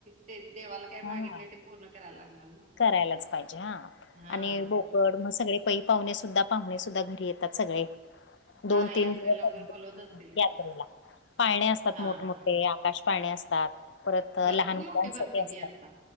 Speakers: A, on the right; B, on the left.
A: ते देवाला काय
B: हां,
A: मागितलय ते पूर्ण करायला लागणार ना.
B: करायलाच पाहिजे हा,
A: हां,
B: आणि
A: तेच
B: बोकड
A: की.
B: म सगळे पै पाहुणे सुद्धा, पाहुणे सुुद्धा घरी येतात सगळे
A: हां,
B: दोन, तीन
A: यात्रेला
B: दिवस
A: वगैरे
B: <unintelligible>
A: बोलवत असतील.
B: यात्रेला पाळणे असतात
A: हां,
B: मोठमोठे
A: हां, हां.
B: आकाश पाळणे असतात. परत
A: भरपूर
B: लहान मुलांसाठी
A: मोठी भरते
B: असतात,
A: की यात्रा.